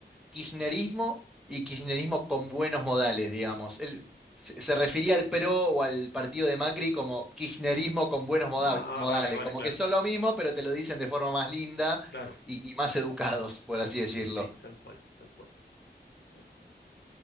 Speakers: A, in the centre; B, on the left.
A: kirchnerismo y kirchnerismo con buenos modales, digamos. Él se, se refería al PRO o al partido de Macri como kirchnerismo con buenos modal-
B: Ah,
A: modales,
B: vale, vale,
A: como
B: claro,
A: que son lo mismo, pero te lo dicen de forma más linda
B: claro.
A: y y más educados, por así decirlo.
B: Sí, tal cual, tal cual, tal cual.